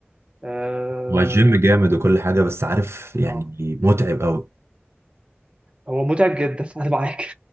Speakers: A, on the right (about 25°); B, on the right (about 80°).
A: اه
B: هو الجيم جامد وكل حاجه بس عارف يعني
A: آه.
B: متعب قوي
A: هو متعب جدا <laughs> انا معاك